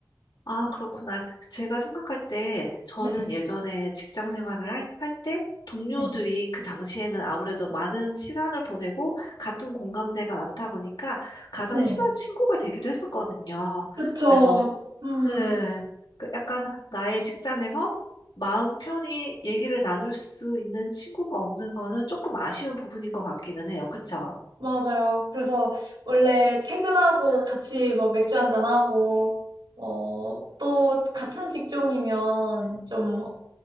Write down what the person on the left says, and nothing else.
아,
그렇구나. 제가 생각할 때 저는
예전에 직장 생활을 할, 할 때 동료들이
그 당시에는 아무래도 많은 시간을 보내고 같은 공감대가 많다 보니까 가장
친한 친구가 되기도 했었거든요.
그래서
네. 그 약간 나의 직장에서 마음 편히 얘기를 나눌 수 있는 친구가 없는 거는 조금 아쉬운 부분인 것 같기는 해요. 그쵸?